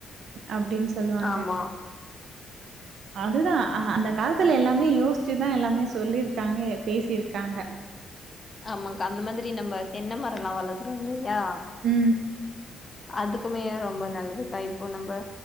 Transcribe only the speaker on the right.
அப்டின் சொல்வாங்க
அதுதா அ அந்த காலத்துல எல்லாமே யோச்சிதா எல்லாமே சொல்லிருக்காங்க பேசிருக்காங்க
ம்